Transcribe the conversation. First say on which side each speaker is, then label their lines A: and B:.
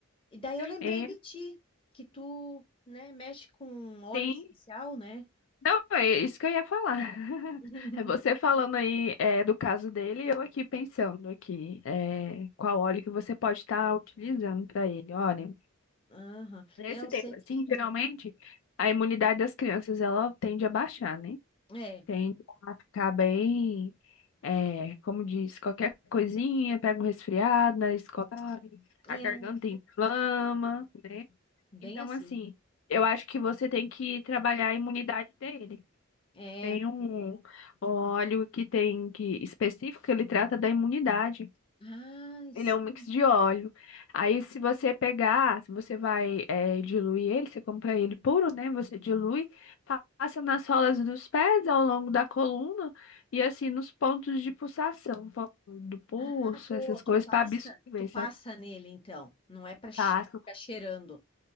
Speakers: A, on the left; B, on the left.
A: E daí eu lembrei
B: É,
A: de ti, que tu, né, mexe com óleo
B: sim.
A: essencial, né?
B: Não, é isso que eu ia falar. <laughs>
A: <laughs>
B: É você falando aí é, do caso dele, e eu aqui pensando aqui é, qual óleo que você pode estar utilizando para ele. Olha,
A: Aham.
B: nesse
A: Eu
B: tempo
A: sei que
B: assim, geralmente
A: é.
B: a imunidade das crianças ela tende a baixar, né?
A: É,
B: Tende a ficar bem, é, como diz, qualquer coisinha, pega um resfriado na escola,
A: é,
B: a garganta inflama, né?
A: bem
B: Então,
A: assim.
B: assim, eu acho que você tem que trabalhar a imunidade dele.
A: É.
B: Tem um óleo que tem que específico que ele trata da imunidade.
A: Ai,
B: Ele
A: sim.
B: é um mix de óleo. Aí, se você pegar, se você vai eh, diluir ele, você compra ele puro, né? Você dilui, pa- passa nas solas dos pés ao longo da coluna e assim nos pontos de pulsação, ponto do pulso,
A: Ah, tu,
B: essas coisas,
A: tu passa,
B: para absorver,
A: tu passa nele, então. Não é para ficar
B: sabe?
A: cheirando.